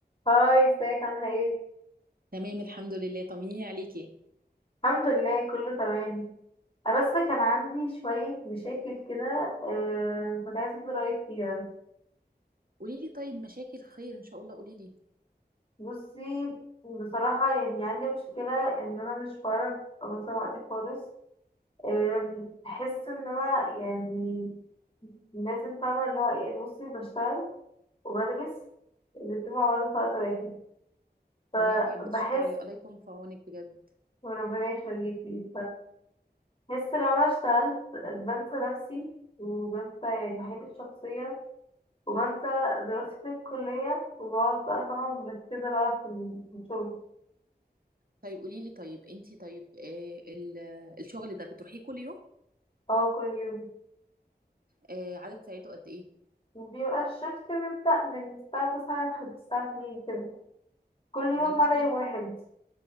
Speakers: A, on the left; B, on the right.
A: هاي ازيك عاملة ايه؟
B: تمام الحمد لله طمنيني عليكي
A: الحمد لله كله تمام أه بس كان عندي شوية مشاكل كده أه كنت عايزة اخد رأيك فيها
B: قولي لي طيب مشاكل خير ان شاء الله قولي لي
A: بصي بصراحة يعني عندي مشكلة ان انا مش بعرف انظم وقتي خالص آم، بحس ان انا يعني لازم فاهمة اللي هو إيه، يعني بصي بشتغل وبدرس الاتنين مع بعض في وقت واحد فبحس
B: تمام بتشتغلي الله يكون في عونك بجد
A: وربنا يخليكي بس لو انا اشتغلت بنسى نفسي وبنسى يعني حياتي الشخصية وبنسى دراستي في الكلية وبقعد بقى طبعا مركزة بقى في ال- في الشغل
B: طيب قولي لي طيب انتي طيب آه ال- الشغل ده بتروحيه كل يوم
A: اه كل يوم
B: آه عدد ساعته قد ايه
A: وبيبقى الشفت بيبدأ من الساعة تسعة لحد الساعة اتنين كده كل يوم
B: امال انتي
A: ما عدا
B: كده
A: يوم واحد